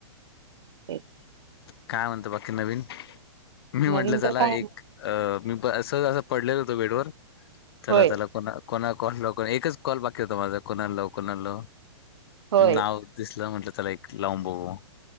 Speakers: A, on the right; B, on the left.
A: एक
B: काय म्हणता बाकी नवीन मी म्हटलं
A: नवीन तर
B: चला
A: काय
B: एक
A: ना
B: अ मी सहज असं पडलेल होतो बेडवर चला
A: होय
B: चला कोणा कोणा कोण लावू को एकच कॉल बाकी होता माझा कोणाला लावू कोणाल लावू
A: होय
B: नाव दिसलं म्हटलं चला एक लावून बघू